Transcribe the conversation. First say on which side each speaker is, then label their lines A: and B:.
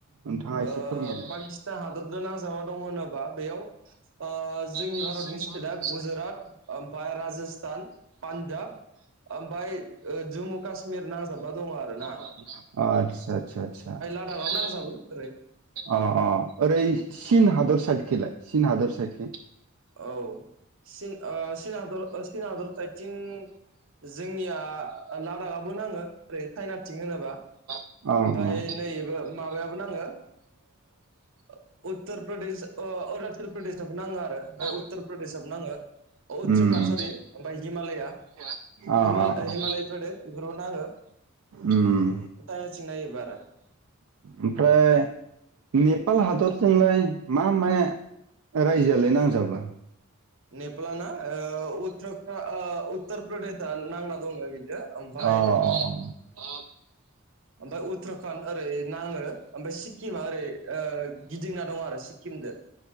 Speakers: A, on the right; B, on the right.
A: नोंथाङा
B: ओ
A: एसे फोरमायदो
B: पाकिस्तान हादरजों नांजाबना दङ होनोबा बेयाव ओ जोंनि
A: । औ ओम
B: भारतनि स्टेटआ गुजरात ओमफ्राय राजस्थान पान्जाब ओमफ्राय ओ जम्मु काश्मिर नांजाबना दङ आरो ना
A: अ आतसा आतसा आतसा ओमफ्राय
B: <unintelligible> नांजाबो ओरै
A: अ अ ओरै सिन हादर साइदखिलाय सिन हादर साइदखि?
B: औ चिन ओ चिन चिन हादर ओ चिन हादर साइदथिं जोंनिया लादाखआबो नाङो ओरै चाय नाथिं होनोबा
A: अ अ।
B: ओमफाय नैबो माबायाबो नाङो ओ उत्तर प्रदेश ओ अरुणाचल प्रदेशाबो नाङो आरो ओमफ्राय उत्तर
A: अ
B: प्रदेश आ नाङो। उत्तराखणड
A: उम
B: सरि ओमफ्राय हिमालया
A: अ अ
B: हिमाल
A: अ
B: हिमालय प्रदेश बेफोरबो नाङो
A: ओम
B: चाइनाथिं नायोबा आरो
A: ओमफ्राय नेपाल हादरजोंलाय मा माया रायजोआलाय नांजाबा?
B: नेपालाना ओ उत्तराखा ओ उत्तर प्रदेशआ नांना दङ बिजो ओमफाय
A: अ अ ओम अ
B: ओमफ्राय उत्तराखन्ड ओरै नाङो ओमफ्राय सिक्किमा ओरै ओ गिदिंना दं आरो सिक्किमदो